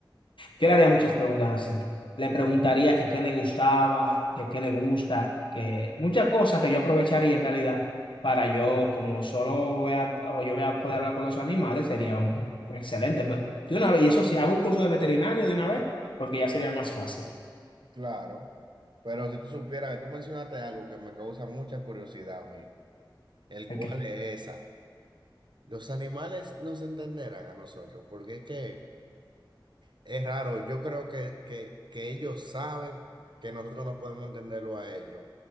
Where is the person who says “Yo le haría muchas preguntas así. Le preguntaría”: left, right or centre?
Left